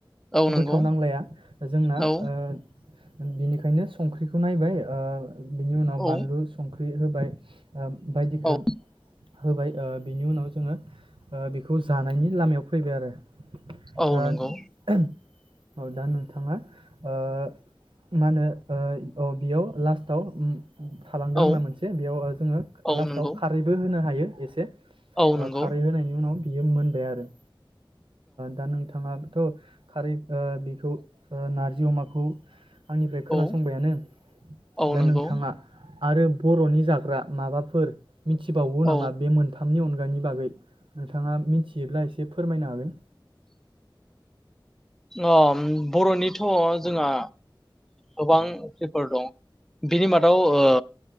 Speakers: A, in the centre; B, on the right.
A: औ नंगौ
B: गोथाव नांलाया जोंना
A: औ
B: ओ बिनिखायनो संख्रिखौ नायबाय ओ बिनि उनाव
A: औ
B: बानलु सं बे होबाय। ओ बायदिखो
A: औ
B: होबाय ओ बिनि उनाव जोङो ओ बेखौ जानायनि लामायाव फैबाय आरो
A: औ
B: दा
A: नंगौ
B: ओम औ दा नोंथाङा ओ मा होनो ओ औ बेयाव लास्टाव थालांदो
A: औ
B: आंना मोनसे बेयाव ओ जोङो
A: औ
B: लास्टाव
A: नंगौ
B: खारैबो होनो। हायो एसे
A: औ
B: ओ
A: नंगौ
B: खारै होनायनि उनाव बियो मोनबाय आरो। दा नोंथाङाथ' खारै ओ बेखौ ओ नारजि अमाखौ आंनिफ्राय खोनासंबायानो
A: औ औ नंगौ औ
B: दा
A: नंगौ
B: नोंथाङा आरो बर'नि जाग्रा माबाफोर मिथिबावो
A: औ
B: नामा बे मोनथाम मोनथामनि अनगानि बागै नोंथाङा मिथियोब्ला एसे जे फोरमायनो हागोन
A: अ' बर'निथ' जोंहा गोबां पेपार दं बिनि मादाव ओ